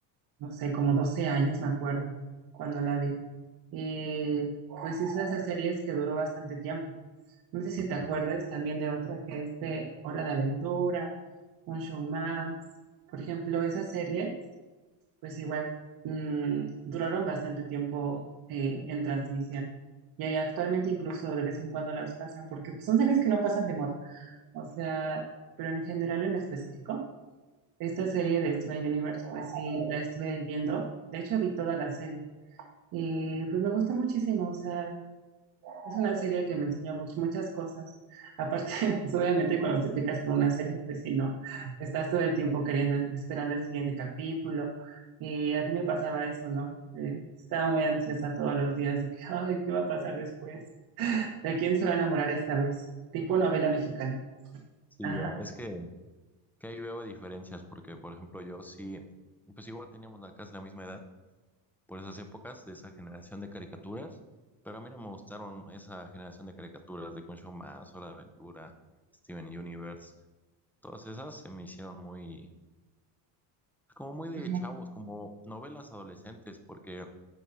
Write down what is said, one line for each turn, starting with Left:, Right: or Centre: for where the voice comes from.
Right: no sé, como 12 años, me acuerdo, cuando la vi. Eh, pues hizo esas series que duró bastante tiempo. No sé si te acuerdas
Centre: ujú.
Right: también de otras que es de Hora de Aventura, Un Show Más. Por ejemplo, esas series, pues igual mm, duraron bastante tiempo eh, en transmisión. Y ahí actualmente incluso de vez en cuando las pasan, porque pues, son series que no pasan de moda. O sea, pero en general en específico. Esta serie de Steven Universe, pues sí, la estuve viendo. De hecho, vi toda la serie. Y pues me gustó muchísimo. O sea, es una serie que me enseñó much- muchas cosas. Aparte, <laughs> pues obviamente cuando te picas con una serie, pues si no, estás todo el tiempo queriendo, esperando el siguiente capítulo. Y a mí me pasaba eso, ¿no? Eh, estaba muy ansiosa todos los días de que, <laughs> ay, ¿qué va a pasar después? ¿De quién se va a enamorar esta vez? Tipo novela mexicana.
Centre: Sí,
Right: Ajá.
Centre: ya, es que, que ahí veo diferencias, porque por ejemplo yo sí, pues igual teníamos la, casi la misma edad por esas épocas de esa generación de caricaturas, pero a mí no me gustaron esa generación de caricaturas de Concho Más, Hora de Aventura, Steven Universe, todas esas se me hicieron muy, como muy de
Right: Ujú,
Centre: chavos, como novelas adolescentes, porque